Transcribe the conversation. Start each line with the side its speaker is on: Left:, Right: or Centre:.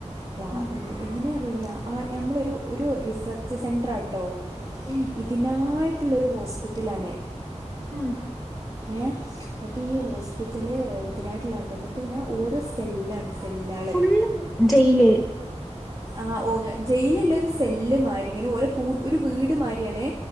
Right: ക്ലാ
Centre: ഉം
Right: നി എങ്ങനെയാ ഞാ ആ ഞമ്മളൊരു ഒരു റിസർച്ച് സെൻ്ററാട്ടോ
Centre: ഉം
Right: ഇതിനായി ത്തിലൊരു ഹോസ് പ്പിറ്റലാണേ
Centre: മം
Right: ഏ അതി ഹോസ്പി റ്റല് ഇതിനായിട്ടുള്ള ആട്ടോ എന്നിട്ട് ഇങ്ങനെ ഓരോ സെല്ലാണ് സെല്ലാള്
Centre: ഫുള്ളും ജയില്
Right: ആ ഓ ജയിലല്ല ഒരു സെല്ല് മാരി ഇങ്ങനെ ഓ ഒരു വീട് മാരിയാണേ